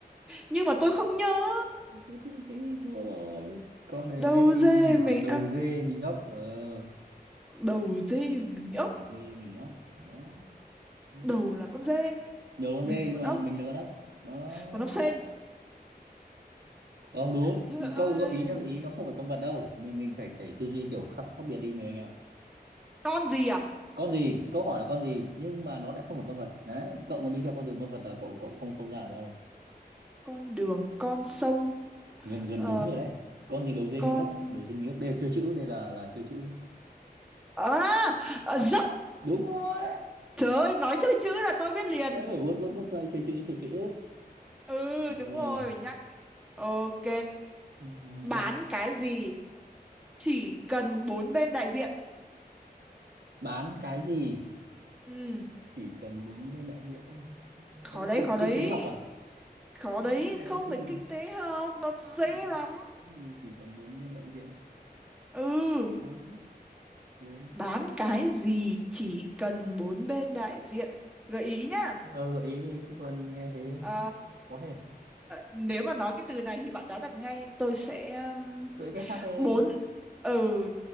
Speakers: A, in the centre; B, on the right.
A: nhưng mà tôi không nhớ
B: thế thì thế thì thua rồi câu này
A: đầu
B: lên tivi
A: dê
B: nhiều
A: mình
B: đầu
A: ốc
B: dê mình ấp ờ
A: đầu dê mà mình
B: đầu
A: ốc
B: dê mình ấp đó Ừ.
A: đầu là con dê
B: nhiều con
A: mình
B: dê
A: là
B: nhưng
A: con
B: mà
A: ốc
B: mình là con ấp đó.
A: con ốc sên
B: không đúng
A: trời ơi
B: câu gợi ý nhá gợi ý nó không phải con vật đâu mình mình phải phải tư duy kiểu khác khác biệt đi người anh em ạ
A: con gì à
B: con gì câu hỏi là con gì nhưng mà nó lại không phải con vật đấy cậu mà đi theo con đường con vật là cậu cậu không không ra ở đâu
A: con đường con sông
B: gần gần
A: ờ,
B: đúng rồi đấy con gì đầu dê
A: con
B: mình ấp đầu dê mình ấp đây là chơi chữ đây là là chơi chữ
A: à, à dốc
B: đúng rồi
A: trời ơi nói chơi chữ là tôi biết liền
B: đấy phải vuốt vuốt vuốt đây chơi chữ chơi chữ
A: ừ
B: rồi
A: đúng
B: rồi
A: rồi
B: rồi
A: phải nhắc ok
B: Hay nói.
A: bán cái gì chỉ cần bốn bên đại diện
B: bán cái gì
A: ừ
B: chỉ cần bốn bên đại diện Ô,
A: khó
B: sao
A: đấy
B: kinh
A: khó đấy
B: kinh tế học à
A: khó
B: bán
A: đấy
B: cái
A: không
B: gì
A: phải kinh tế học nó
B: Bán
A: dễ lắm
B: cái gì chỉ cần bốn bên đại diện
A: Ừ,
B: bán bốn
A: bán cái gì chỉ cần bốn bên đại diện gợi ý nhá
B: ờ, gợi ý đi chứ còn nghe thế
A: Ờ,
B: có thể
A: nếu mà nói cái từ này thì bạn đoán được ngay tôi sẽ um,
B: cưỡi cách khác đi
A: bốn ừ